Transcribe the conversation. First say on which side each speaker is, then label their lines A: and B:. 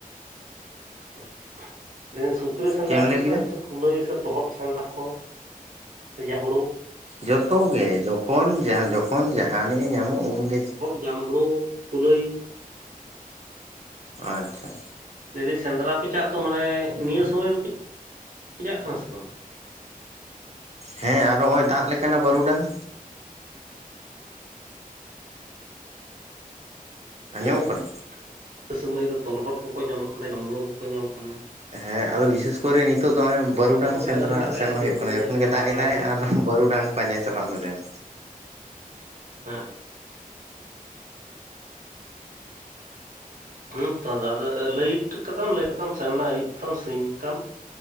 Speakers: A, on the right; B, on the right.
A: ᱦᱮᱸ <unintelligible> ᱥᱩᱠᱨᱤ ᱥᱮᱸᱫᱽᱨᱟ
B: ᱪᱮᱫ ᱮᱢ
A: ᱟᱯᱮᱥᱮ
B: ᱞᱟᱹᱭ ᱠᱮᱫᱟ?
A: ᱠᱩᱞᱟᱹᱭ ᱥᱮ ᱛᱚᱨᱦᱚᱫ ᱥᱮᱸᱫᱽᱨᱟ ᱠᱚ ᱥᱮ ᱡᱟᱸᱢᱵᱽᱲᱩ
B: ᱡᱚᱛᱚᱜᱮ ᱡᱚᱠᱷᱚᱱ ᱡᱚᱠᱷᱚᱱ ᱡᱟᱦᱟᱱᱤᱡ ᱮ ᱧᱟᱢᱚᱜ ᱩᱱᱜᱮ
A: ᱡᱟᱢᱵᱲᱩ ᱠᱩᱞᱟᱹᱭ᱾
B: ᱟᱪᱪᱷᱟ᱾
A: ᱞᱟᱹᱭᱫᱟᱹᱧ ᱥᱮᱸᱫᱽᱨᱟᱯᱮ ᱪᱟᱜ ᱫᱚ ᱢᱟᱱᱮ ᱱᱤᱭᱟᱹ ᱥᱚᱢᱚᱭ ᱫᱚᱯᱮ ᱪᱟᱜ ᱠᱟᱱᱟ ᱥᱮ ᱵᱟᱝ?
B: ᱦᱮᱸ ᱟᱨ ᱱᱚᱜᱼᱭ ᱫᱟᱜ ᱞᱮᱠᱷᱟᱱᱮ ᱵᱟᱹᱨᱩᱰᱟᱝ᱾ ᱟᱸᱡᱚᱢᱚᱜ
A: ᱦᱩᱸ
B: ᱠᱟᱱᱟ?
A: ᱤᱱᱟᱹ ᱥᱩᱢᱟᱹᱭ ᱫᱚ ᱛᱚᱨᱦᱚᱫ ᱠᱚᱠᱚ ᱧᱟᱢᱚᱜ ᱠᱟᱱᱟ ᱡᱟᱢᱲᱳ ᱠᱚᱠᱚ ᱧᱟᱢᱚᱜ ᱠᱟᱱᱟ᱾
B: ᱦᱮᱸ ᱟᱫᱚ ᱵᱤᱥᱮᱥ ᱠᱚᱨᱮ ᱱᱤᱛᱚᱜ ᱫᱚ ᱱᱚᱜᱚᱭ ᱵᱟᱹᱨᱩᱰᱟᱝ
A: ᱟᱫᱚ ᱚᱱᱠᱟ
B: ᱥᱮᱸᱫᱽᱨᱟ
A: ᱟᱹᱣᱨᱤ ᱫᱟᱠᱟᱭᱟ
B: ᱥᱮᱱᱚᱜ
A: ᱟᱹᱣᱨᱤ
B: ᱦᱩᱭᱩᱜ
A: ᱵᱩᱱᱭᱟ
B: ᱠᱟᱱᱟ ᱡᱚᱠᱷᱚᱱ ᱜᱮ
A: ᱨᱟᱜ
B: ᱫᱟᱜ
A: ᱵᱟᱲᱟᱭᱟᱞᱮ
B: ᱮᱫᱟᱭ ᱟᱨ ᱵᱟᱹᱨᱩᱰᱟᱝ ᱯᱟᱸᱡᱟᱭ ᱪᱟᱞᱟᱜ ᱢᱮ ᱫᱮᱱ᱾
A: ᱦᱮᱸ᱾ ᱦᱩᱸ ᱛᱚ ᱟᱫᱚ ᱞᱟᱹᱭᱤᱴ ᱠᱟᱫᱟᱢ ᱞᱟᱹᱭᱤᱴ ᱠᱟᱛᱮᱢ ᱥᱮᱱ ᱮᱱᱟ ᱟᱭᱩᱵ ᱛᱟᱢ ᱥᱤᱧ ᱛᱟᱢ